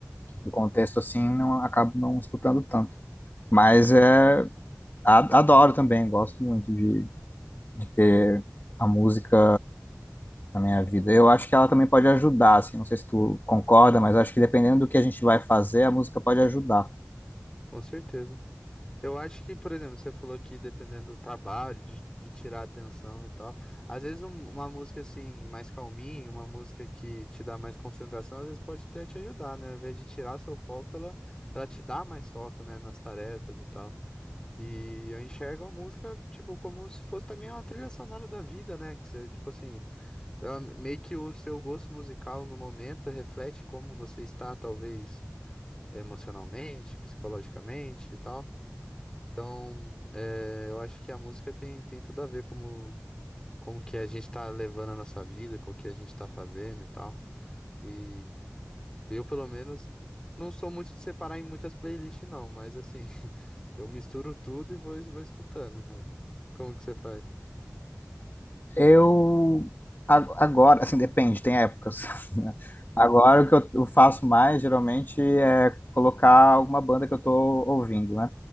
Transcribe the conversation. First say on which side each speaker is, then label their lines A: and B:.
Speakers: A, on the left (about 40°); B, on the left (about 15°).
A: do contexto, assim, não acabo não escutando tanto. Mas é, a- adoro também, gosto muito de ter a música na minha vida. Eu acho que ela também pode ajudar, assim, não sei se tu concorda, mas acho que dependendo do que a gente vai fazer, a música pode ajudar.
B: Com certeza. Eu acho que, por exemplo, você falou que dependendo do trabalho, de, de tirar a atenção e tal, às vezes um- uma música assim, mais calminha, uma música que te dá mais concentração, às vezes pode até te ajudar, né? Ao invés de tirar seu foco, ela, ela te dá mais foco, né, nas tarefas e tal. E eu enxergo a música, tipo, como se fosse também uma trilha sonora da vida, né? Que você, tipo assim, ela- meio que o seu gosto musical no momento reflete como você está, talvez, emocionalmente, psicologicamente e tal. Então, é, eu acho que a música tem, tem tudo a ver como, como que a gente está levando a nossa vida, com o que a gente está fazendo e tal. E eu, pelo menos, não sou muito de separar em muitas playlists, não, mas assim. Eu misturo tudo e vou, vou escutando, cara. Como que você faz?
A: Eu a- agora, assim, depende, tem épocas. <laughs> né? Agora o que eu eu faço mais geralmente é colocar alguma banda que eu tô ouvindo, né?